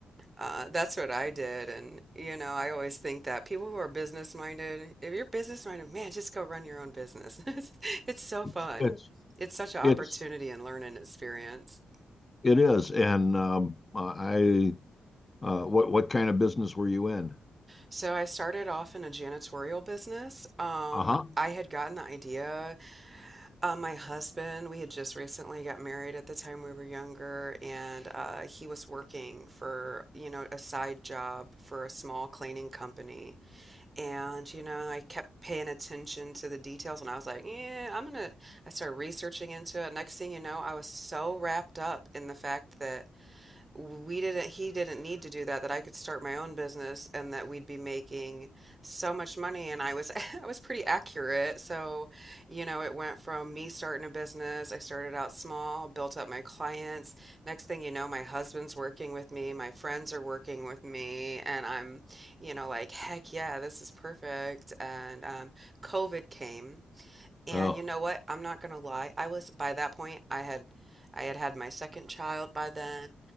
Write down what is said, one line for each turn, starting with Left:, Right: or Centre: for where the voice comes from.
Right: uh, that's what I did. And, you know, I always think that people who are business minded, if you're business minded, man, just go run your own business. <laughs> It's, it's so
Left: It's
Right: fun.
Left: it's
Right: It's such an opportunity
Left: it's
Right: and learn and experience.
Left: it is. And um, uh, I uh, what what kind of business were you in?
Right: So I started off in a janitorial business. Um,
Left: Uh-huh.
Right: I had gotten the idea. Uh, my husband, we had just recently got married at the time we were younger, and uh, he was working for, you know, a side job for a small cleaning company. And, you know, I kept paying attention to the details and I was like, yeah, I'm gonna. I started researching into it. Next thing you know, I was so wrapped up in the fact that we didn't he didn't need to do that that I could start my own business and that we'd be making so much money and I was <laughs> I was pretty accurate so you know it went from me starting a business I started out small built up my clients next thing you know my husband's working with me my friends are working with me and I'm you know like heck yeah this is perfect and um COVID came and
Left: Oh,
Right: you know what I'm not gonna lie I was by that point I had I had had my second child by then